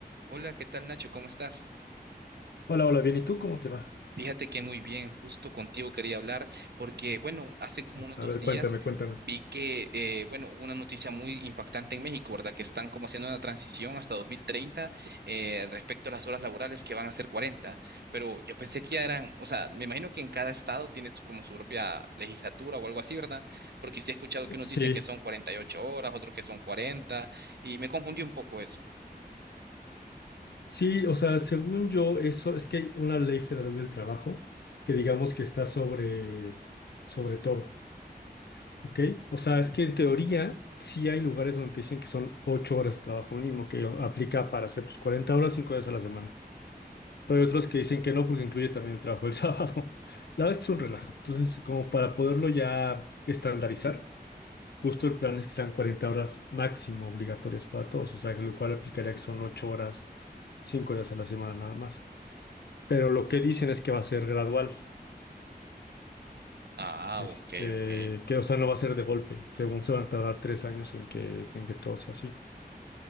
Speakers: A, on the right; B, on the left.
A: Hola, ¿qué tal Nacho? ¿Cómo estás?
B: Hola, hola, bien, ¿y tú cómo te va?
A: Fíjate que muy bien, justo contigo quería hablar porque, bueno, hace como unos
B: A
A: dos
B: ver,
A: días
B: cuéntame, cuéntame.
A: vi que, eh, bueno, hubo una noticia muy impactante en México, ¿verdad? Que están como haciendo una transición hasta 2030 eh, respecto a las horas laborales que van a ser 40. pero yo pensé que ya eran, o sea, me imagino que en cada estado tiene su- como su propia legislatura o algo así, ¿verdad? Porque sí he escuchado que unos
B: Sí,
A: dicen que son 48 horas, otros que son cuarenta y me confundí un poco eso.
B: sí, o sea, según yo, eso es que hay una ley federal del trabajo que digamos que está sobre, sobre todo, ¿ok? O sea, es que en teoría sí hay lugares donde te dicen que son ocho horas de trabajo mínimo, que aplica para hacer pues 40 horas, cinco días a la semana. Pero hay otros que dicen que no porque incluye también el trabajo el <laughs> sábado. La verdad es que es un relajo. Entonces, como para poderlo ya estandarizar. Justo el plan es que sean 40 horas máximo obligatorias para todos, o sea, que lo cual aplicaría que son 8 horas, 5 días a la semana nada más. Pero lo que dicen es que va a ser gradual,
A: Ah,
B: este,
A: ok, ok.
B: que o sea, no va a ser de golpe, según se van a tardar 3 años en que, en que todo sea así.